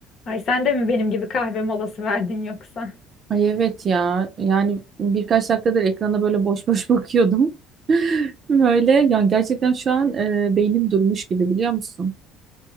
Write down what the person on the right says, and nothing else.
Ay evet ya. Yani birkaç dakikadır ekrana böyle boş boş <laughs> bakıyordum. Böyle yani gerçekten şu an e, beynim durmuş gibi biliyor musun?